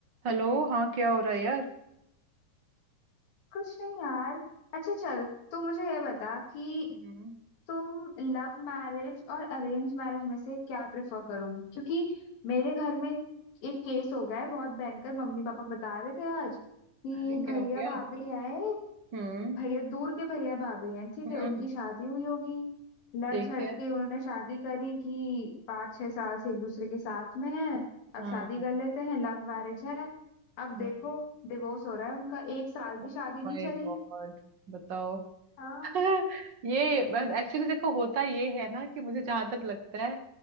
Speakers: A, on the right (about 70°); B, on the left (about 80°).
A: Hello हाँ क्या हो रहा है यार
B: कुछ नहीं यार अच्छा चल तो मुझे ये बता कि
A: हम्म
B: तुम लव मैरिज और अरेंज मैरिज में से क्या प्रेफर करोगी क्योंकि मेरे घर में एक केस हो गया है बहुत भयंकर मम्मी पापा बता रहे थे आज कि
A: अरे क्या
B: भैया
A: हो गया
B: भाभी है
A: हम्म
B: भैया दूर के भैया भाभी हैं ठीक
A: हम्म
B: है उनकी शादी हुई होगी लड़
A: ठीक
B: झड़
A: है
B: के उन्होंने शादी करी कि पाँच छह साल से एक दूसरे के साथ में हैं अब
A: हाँ
B: शादी कर लेते हैं लव मैरिज है अब देखो
A: हम्म
B: डिवोर्स हो रहा है उनका एक साल
A: Oh
B: भी शादी नहीं
A: my
B: चली
A: god बताओ
B: हाँ
A: हाँ, ये एक्चुअली देखो होता ये है ना कि मुझे जहां तक लगता है